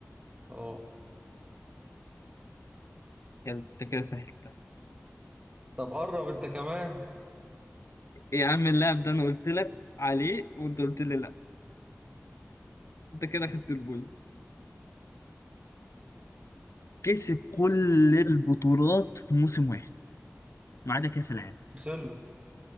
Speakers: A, on the right (about 20°); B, on the left (about 65°).
A: اه
B: يلا انت كده سهلتها
A: طب قرب انت كمان
B: يا عم اللاعب ده انا قلت لك عليه وانت قلت لي لا انت كده خدت البوينت كسب كل البطولات في موسم واحد ما عدا كأس العالم
A: وصل له